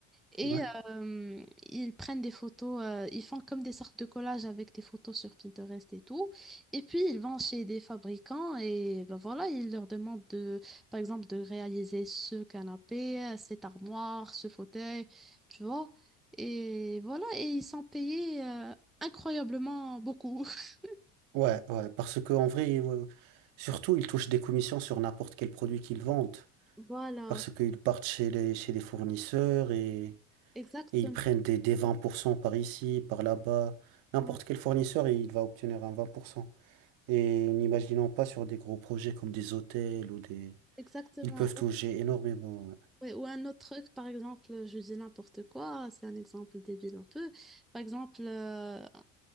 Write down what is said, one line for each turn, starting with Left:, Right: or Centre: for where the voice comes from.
Centre: Et
Right: Ouais.
Centre: euh, ils prennent des photos, euh, ils font comme des sortes de collages avec des photos sur Pinterest et tout. Et puis ils vont chez des fabricants et ben voilà, ils leur demandent de, par exemple, de réaliser ce canapé, euh, cette armoire, ce fauteuil, tu vois. Et voilà, et ils sont payés euh, incroyablement beaucoup. <laughs>
Right: Ouais, ouais, parce que en vrai, euh, surtout, ils touchent des commissions sur n'importe quel produit qu'ils vendent,
Centre: Voilà,
Right: parce qu'ils partent chez les, chez les fournisseurs et,
Centre: exactement.
Right: et ils prennent des, des 20% par ici, par là-bas. N'importe
Centre: Ouais,
Right: quel fournisseur, il va obtenir un 20%. Et n'imaginons pas sur des gros projets comme des hôtels ou des...
Centre: exactement.
Right: Ils peuvent toucher énormément. Ouais,
Centre: Ouais, ou un autre truc, par exemple, je dis n'importe quoi, c'est un exemple débile un peu. Par exemple, euh,